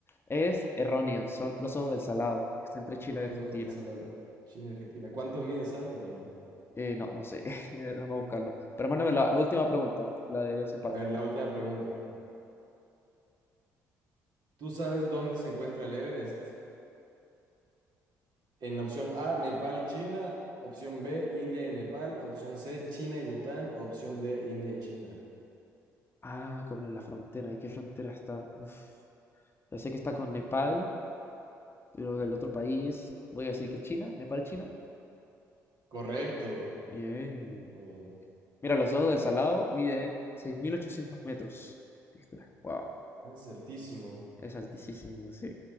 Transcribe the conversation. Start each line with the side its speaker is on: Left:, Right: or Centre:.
Left: es erróneo. Son los Ojos del Salado, que está entre Chile y
Right: Los
Left: Argentina.
Right: ojos de Salada, China, y Argentina. ¿Cuánto mide, sabes o no?
Left: Eh, no, no sé. <laughs> Vamos a buscarlo. Pero mándame la, la última pregunta, la del desempate.
Right: A ver, la última pregunta. ¿Tú sabes dónde se encuentra el Everest? En opción A, Nepal y China. Opción B, India y Nepal. Opción C, China y Bután. Opción D, India y China.
Left: Ah, como en la frontera. ¿En qué frontera está? Uf. Ya sé que está con Nepal, pero el otro país. Voy a decir que China. Nepal, China.
Right: Correcto.
Left: Bien.
Right: Muy bien.
Left: Mira, los ojos del Salado miden 6.800 metros de altura. Wow,
Right: Es altísimo.
Left: es altísimo, sí.